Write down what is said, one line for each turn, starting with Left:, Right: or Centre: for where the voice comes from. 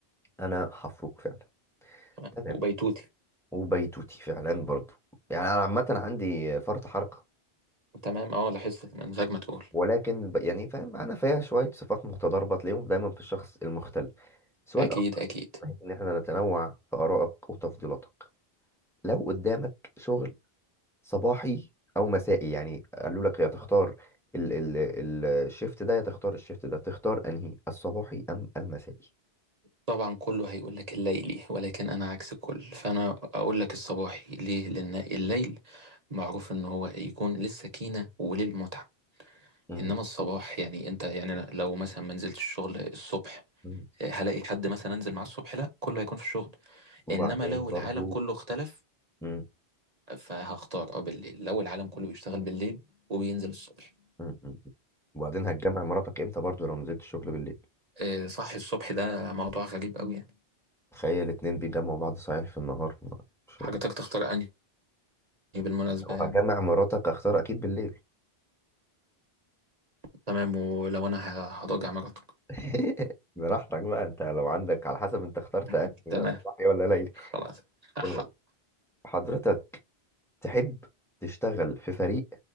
Centre: انا حفروك فعلا
Right: تمام
Centre: تمام
Right: وبيتوتي
Centre: وبيتوتي فعلا برضو يعني انا عامه عندي فرط حركه
Right: تمام اه لاحظت من غير ما تقول
Centre: ولكن ب... يعني فاهم انا فيها شويه صفات متضاربه تلاقيهم دايما في الشخص المختل سؤال
Right: اكيد
Centre: اخر
Right: اكيد
Centre: بحيث ان احنا نتنوع في ارائك وتفضيلاتك لو قدامك شغل صباحي او مسائي يعني قالوا لك يا تختار ال... ال... ال- الشيفت ده يا تختار الشيفت ده تختار انهي الصباحي ام المسائي
Right: طبعا كله هيقول لك الليلي ولكن انا عكس الكل فانا اقول لك الصباحي ليه لان الليل معروف ان هو يكون للسكينة وللمتعة
Centre: مم.
Right: انما الصباح يعني انت يعني أنا لو مثلا ما نزلتش الشغل الصبح
Centre: مم.
Right: آه، هلاقي حد مثلا انزل معاه الصبح لا كله هيكون في الشغل
Centre: وبعدين
Right: انما لو
Centre: برضو
Right: العالم كله اختلف
Centre: مم.
Right: فهختار اه بالليل لو العالم كله بيشتغل بالليل وبينزل الصبح
Centre: م- م. م. وبعدين هتجمع مراتك امتى برضو لو نزلت الشغل بالليل
Right: إيه صح الصبح ده موضوع غريب قوي يعني
Centre: تخيل الاتنين بيجمعوا بعض صحيح في النهار مش
Right: حاجتك تختار انهي بالمناسبة
Centre: وهجمع
Right: يعني
Centre: مراتك اختار اكيد بالليل
Right: تمام ولو انا ه- هراجع مراتك
Centre: <laughs> براحتك بقى انت لو عندك على حسب انت اخترت
Right: <laughs>
Centre: انهي بقى
Right: تمام
Centre: صباحي ولا ليلي
Right: خلاص <laughs>
Centre: تمام حضرتك تحب تشتغل في فريق